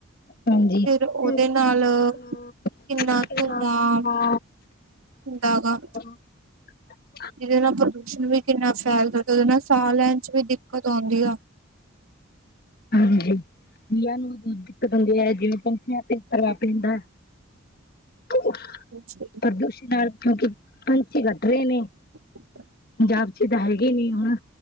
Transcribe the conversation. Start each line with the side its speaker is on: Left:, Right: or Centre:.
Left: ਹਾਂਜੀ
Right: ਉਹਦੇ
Left: ਫਿਰ ਓਹਦੇ
Right: ਨਾਲ
Left: ਨਾਲ
Right: ਕਿੰਨਾ ਧੂੰਆਂ
Left: ਹਾ
Right: ਹੁੰਦਾ ਗਾ
Left: <unintelligible>
Right: ਜਿਹਦੇ ਨਾਲ ਪ੍ਰਦੂਸ਼ਣ ਵੀ ਕਿੰਨਾ ਫੈਲਦਾ, ਤੇ ਉਹਦੇ ਨਾਲ ਸਾਹ ਲੈਣ'ਚ ਵੀ ਦਿੱਕਤ ਹੋਦੀ ਆ।
Left: ਹਾਂਜੀ, ਵਿਆ ਦੁਧ ਕੇ ਬੰਦੇ ਹੈਗੇ, ਜਿਵੇਂ ਪੰਥੀਆਂ ਤੇ ਪ੍ਰਭਾਵ ਪੈਂਦਾ। ਊਅ
Right: ਅੱਛੀ
Left: ਪ੍ਰਦੁਸ਼ਣ ਨਾਲ, ਕਿਉਂਕੀ ਪੰਛੀ ਘਟ ਰਹੇ ਨੇ।
Right: <inaudible>
Left: ਪੰਜਾਬ'ਚ ਤਾਂ ਹੈਗੇ ਨੀ ਹੁਣ।